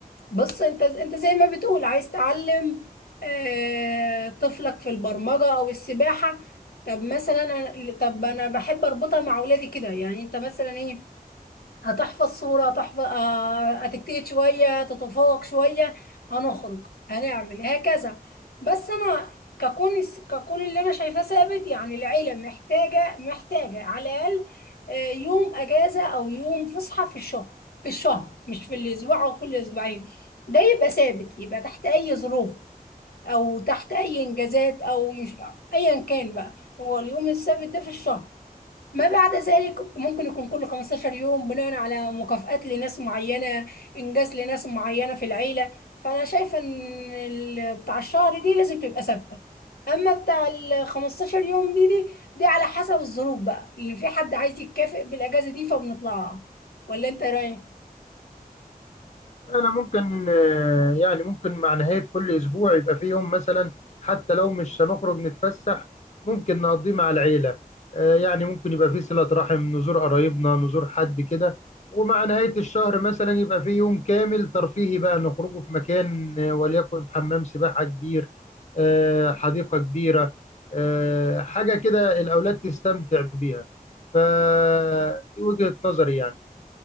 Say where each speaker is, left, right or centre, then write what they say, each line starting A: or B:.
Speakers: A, on the left (about 80°); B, on the left (about 50°).
A: بص انت انت زي ما بتقول عايز تعلم آه، طفلك في البرمجة او السباحة طب مثلا أنا- طب انا بحب اربطها مع اولادي كده يعني انت مثلا ايه هتحفظ صورة هتحفظ آه، هتجتهد شوية تتفوق شوية هنخرج هنعمل هكذا بس أنا ككون ككون اللي أنا شايفاه ثابت يعني العيلة محتاجة محتاجة على الأقل آه، يوم أجازة أو يوم فسحة في الشهر في الشهر مش في الأسبوع أو كل أسبوعين ده يبقى ثابت يبقى تحت أي ظروف أو تحت أي إنجازات أو مش أيا كان بقى هو اليوم الثابت ده في الشهر ما بعد ذلك ممكن يكون كل 15 يوم بناء على مكافآت لناس معينة إنجاز لناس معينة في العيلة فأنا شايفة إن ال- بتاع الشهر دي لازم تبقى ثابتة أما بتاع ال 15 يوم دي دي دي على حسب الظروف بقى اللي في حد عايز يتكافئ بالأجازة دي فبنطلعها ولا أنت رايح؟
B: أنا ممكن آه، يعني ممكن مع نهاية كل أسبوع يبقى فيه يوم مثلا حتى لو مش هنخرج نتفسح ممكن نقضيه مع العيلة آه، يعني ممكن يبقى فيه صلة رحم نزور قرايبنا نزور حد كده ومع نهاية الشهر مثلا يبقى فيه يوم كامل ترفيهي بقى نخرجه في مكان آه، وليكن حمام سباحة كبير آه، حديقة كبيرة آه، حاجة كده الأولاد تستمتع بيها فدي وجهة نظري يعني